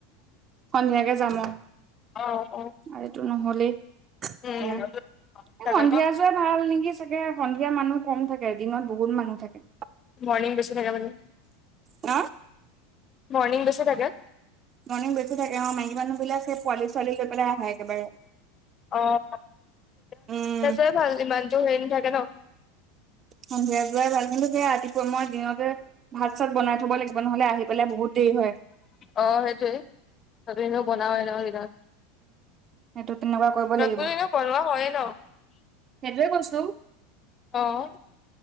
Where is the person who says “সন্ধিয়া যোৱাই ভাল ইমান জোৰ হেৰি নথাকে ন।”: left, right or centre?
Left